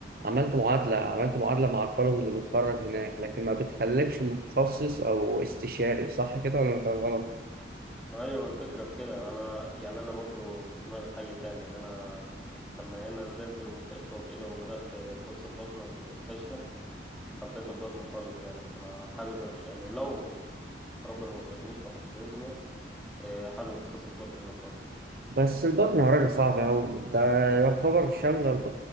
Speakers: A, on the right; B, in the centre.
A: عملت معادله عملت معادله مع الطالب اللي بيتخرج هناك لكن ما بتخليكش متخصص او استشاري صح كده ولا أنا فاهم غلط
B: ما ايوه ما الفكره في كده انا يعني انا برضو في دماغي حاجه تانية يعني انا لما هنا نزلت المستشفى وكده وبدات كورس البطنه في المستشفى حبيت البطنه خالص يعني فانا حابب يعني لو ربنا ما وفقنيش وحاول يزمل إيه، حابب اتخصص بطنه هنا في مصر
A: بس البطنة يا راجل صعبة أوي ده يعتبر شاملة الب-